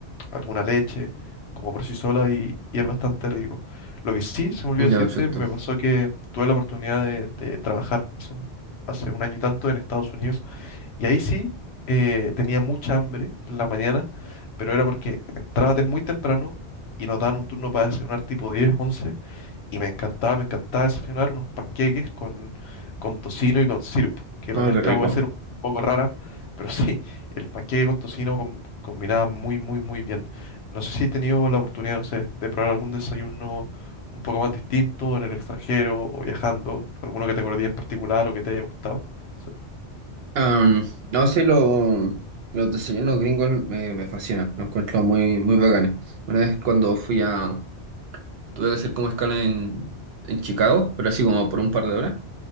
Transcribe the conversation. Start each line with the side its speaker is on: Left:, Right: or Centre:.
Left: alguna leche, como por sí sola y, y es bastante rico. Lo que sí, se me olvidó
Right: Ya,
Left: decirte,
Right: perfecto.
Left: me pasó que tuve la oportunidad de, de trabajar hace un, hace un año y tanto en Estados Unidos y ahí sí eh, tenía mucha hambre en la mañana, pero era porque entraba de muy temprano y nos daban un turno para desayunar tipo 10 11 y me encantaba, me encantaba desayunar unos panqueques con, con tocino y con sirup, que
Right: No,
Left: la mezcla
Right: qué rico.
Left: puede ser un poco rara, pero <laughs> sí, el panqueque con tocino com- combinaba muy, muy, muy bien. No sé si he tenido la oportunidad, no sé, de probar algún desayuno un poco más distinto en el extranjero o viajando, alguno que te acordé en particular o que te haya gustado. Sí.
Right: Am, no sé, lo- los desayunos gringos me, me fascinan, los encuentro muy, muy bacanes. Una vez cuando fui a... Tuve que hacer como escala en, en Chicago, pero así como por un par de horas.